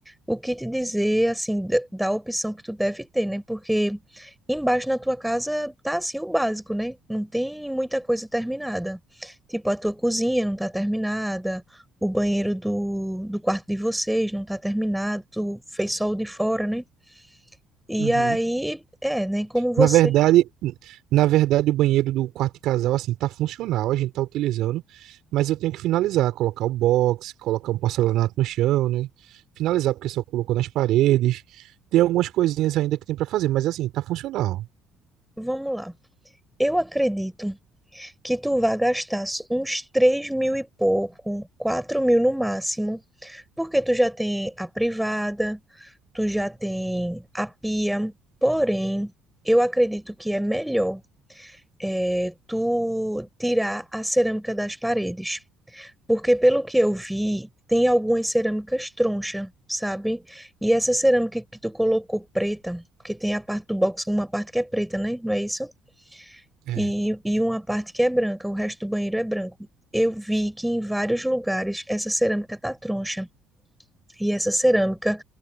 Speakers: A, in the centre; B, on the right.
A: o que te dizer, assim, da, da opção que tu deve ter, né? Porque embaixo na tua casa tá, assim, o básico, né? Não tem muita coisa terminada. Tipo, a tua cozinha não tá terminada, o banheiro do, do quarto de vocês não tá terminado, tu fez só o de fora, né? E
B: uhum.
A: aí, é, né? Como você...
B: Na verdade, na verdade, o banheiro do quarto de casal, assim, tá funcional, a gente tá utilizando, mas eu tenho que finalizar, colocar o box, colocar um porcelanato no chão, né? Finalizar, porque só colocou nas paredes. Tem algumas coisinhas ainda que tem para fazer, mas assim, tá funcional.
A: Vamos lá. Eu acredito que tu vá gastar uns três mil e pouco, quatro mil no máximo, porque tu já tem a privada, tu já tem a pia. Porém, eu acredito que é melhor é, tu tirar a cerâmica das paredes, porque pelo que eu vi, tem algumas cerâmicas troncha, sabe? E essa cerâmica que tu colocou preta, porque tem a parte do box, uma parte que é preta, né? Não é isso?
B: É.
A: e, e uma parte que é branca, o resto do banheiro é branco. Eu vi que em vários lugares essa cerâmica tá troncha. E essa cerâmica,